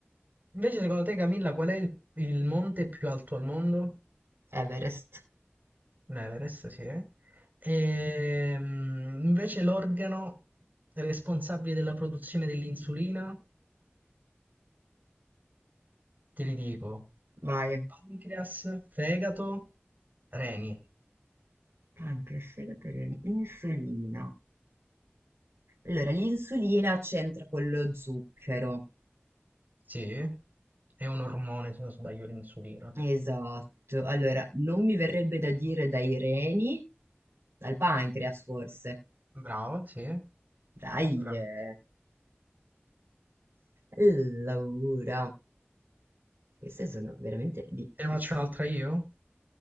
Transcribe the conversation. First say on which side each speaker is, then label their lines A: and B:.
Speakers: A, on the right (about 45°); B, on the right (about 85°).
A: Invece, secondo te, Camilla, qual è il il monte più alto al mondo?
B: Everest,
A: Un Everest, sì. E, mm, invece l'organo responsabile della produzione dell'insulina, te li dico,
B: vai.
A: pancreas, fegato, reni,
B: Pancreas, fegato, reni, insulina. Allora, l'insulina c'entra con lo zucchero.
A: sì. È un ormone, se non sbaglio, l'insulina.
B: Esatto. Allora, non mi verrebbe da dire dai reni, dal pancreas forse.
A: Bravo, sì.
B: Dai,
A: Bravo.
B: eh. Allora. Queste sono veramente difficili.
A: Te ne faccio un'altra io?